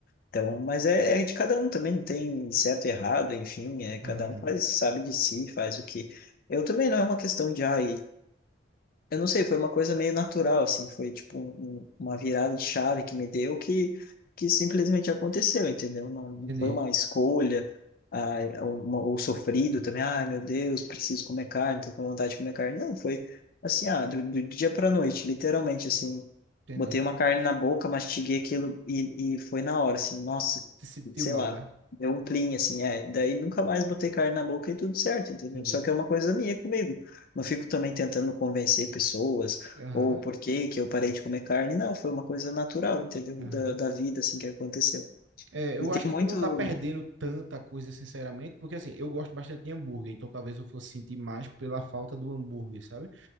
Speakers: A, on the left; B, on the right.
A: Então, mas é, é de cada um também, não tem certo e errado, enfim, é cada
B: uhum,
A: um faz, sabe de si, faz o que. Eu também não é uma questão de, ai, eu não sei, foi uma coisa meio natural, assim, foi tipo um- um, uma virada de chave que me deu que, que simplesmente aconteceu, entendeu? Não, não
B: Entendi.
A: foi uma escolha, ah, uma, ou sofrido também, ai meu Deus, preciso comer carne, tô com vontade de comer carne. Não, foi assim, ah, do, do dia pra noite, literalmente, assim,
B: Entendi.
A: botei uma carne na boca, mastiguei aquilo e, e foi na hora, assim, nossa,
B: Se sentiu
A: sei
B: mal,
A: lá,
B: né?
A: deu um plim, assim, é, daí nunca mais botei carne na boca e tudo certo, entendeu?
B: Entendi.
A: Só que é uma coisa minha comigo. Não fico também tentando convencer pessoas
B: Aham.
A: ou por que que eu parei de comer carne. Não, foi uma coisa natural, entendeu?
B: Aham.
A: Da, da vida, assim, que aconteceu.
B: É, eu
A: E tem
B: acho que
A: muito...
B: tu não tá perdendo tanta coisa, sinceramente, porque assim, eu gosto bastante de hambúrguer, então talvez eu fosse sentir mais pela falta do hambúrguer, sabe?